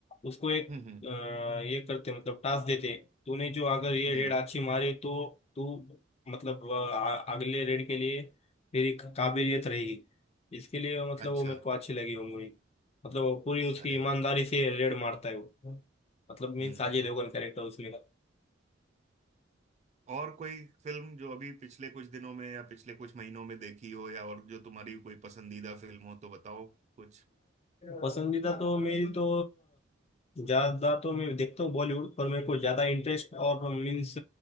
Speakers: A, on the left; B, on the right.
A: उसको एक
B: हम्म हम्म
A: अ, ये करते मतलब टास्क देते तूने जो अगर ये रेड
B: हम्म,
A: अच्छी मारी तो तू मतलब अ, आ- अगले रेड के लिए तेरी काबिलियत रहेगी इसके लिए मतलब
B: अच्छा
A: वो मेरे को अच्छी लगी वो मूवी मतलब वो पूरी उसकी
B: अरे
A: ईमानदारी
B: वो
A: से रेड मारता है वो मतलब मीन्स
B: हम्म
A: अजय देवगन कैरेक्टर उसमें
B: और कोई फिल्म जो अभी पिछले कुछ दिनों में या पिछले कुछ महीनों में देखी हो या और जो तुम्हारी कोई पसंदीदा फिल्म हो तो बताओ कुछ
A: पसंदीदा तो मेरी तो ज्यादा तो मैं देखता हूँ बॉलीवुड पर मेरे को ज्यादा इंटरेस्ट और मीन्स